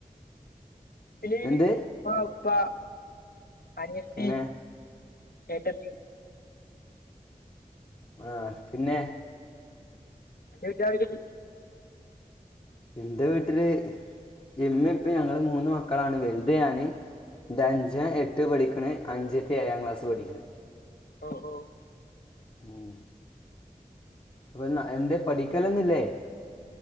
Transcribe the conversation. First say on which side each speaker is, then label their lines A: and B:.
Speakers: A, on the left (about 75°); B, on the left (about 35°).
A: ഏഹ് <unintelligible>
B: എന്ത്
A: പ്പ അനിയെത്തി
B: പിന്നെ
A: ഏട്ടെത്തി
B: ആഹ് പിന്നെ
A: അന്റെ വീട്ടിലാരൊക്കണ്ട്
B: ഇന്റെ വീട്ടില് ഇമ്മിം ഇപ്പി ഞങ്ങള് മൂന്ന് മക്കളാണ്. വലുത് ഞാന് ഇന്റെ അഞ്ചൻ എട്ട് പഠിക്ക്ണ് അഞ്ചത്തി ഏഴാം ക്ലാസ് പഠിക്ക്ണ്
A: ഓ ഓ
B: ഉം വെന്നാ എന്തെ പഠിക്കലൊന്നുല്ലേ